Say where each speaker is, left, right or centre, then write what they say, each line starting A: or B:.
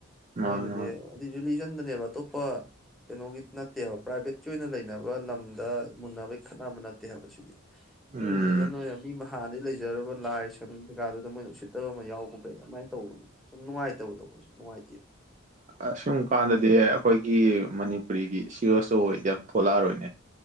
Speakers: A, on the right (about 35°); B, in the centre.
A: ꯃꯥꯅꯦ
B: ꯅꯣꯏꯗꯨꯗꯤ
A: ꯃꯥꯅꯦ
B: ꯔꯤꯂꯤꯖꯟꯗꯅꯦꯕ ꯑꯇꯣꯞꯄ ꯀꯩꯅꯣꯒꯤ ꯅꯠꯇꯦꯕ ꯄ꯭ꯔꯥꯏꯚꯦꯠꯀꯤ ꯑꯣꯏꯅ ꯂꯩꯅꯕ ꯂꯝꯗ ꯃꯨꯟꯅꯕꯒꯤ ꯈꯠꯅꯕꯦ ꯍꯥꯏꯕꯁꯤꯗꯤ ꯏꯔꯤꯂꯤꯖꯟ
A: ꯎꯝ
B: ꯅꯣꯏꯅ ꯃꯤ ꯍꯥꯟꯗꯤꯩ ꯂꯩꯖꯔꯕ ꯂꯥꯏ ꯁꯪ ꯀꯩꯀꯥꯟꯗꯨꯗ ꯃꯣꯏ ꯅꯨꯡꯁꯤꯠꯇꯕ ꯑꯃ ꯌꯥꯎꯕ ꯀꯩ ꯑꯗꯨꯃꯥꯏꯅ ꯇꯧꯕꯒꯤ ꯁꯨꯝ ꯅꯨꯡꯉꯥꯏꯇꯕꯗꯣ ꯑꯩꯣꯏꯨꯝ ꯅꯨꯡꯉꯥꯏꯇꯦ
A: ꯑꯁꯨꯝ ꯀꯥꯟꯗꯗꯤ ꯑꯩꯈꯣꯏꯒꯤ ꯃꯅꯤꯄꯨꯔꯤꯒꯤ ꯁꯤꯑꯦꯁ ꯑꯣ ꯑꯣꯏꯗ ꯊꯣꯛꯂꯛꯑꯔꯣꯏꯅꯦ